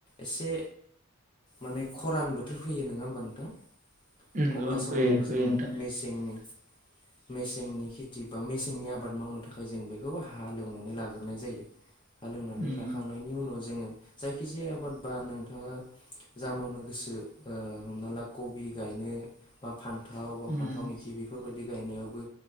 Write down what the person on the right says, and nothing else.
नंगौ
ओं
फैयो फैयो
नोंथां
उम
उम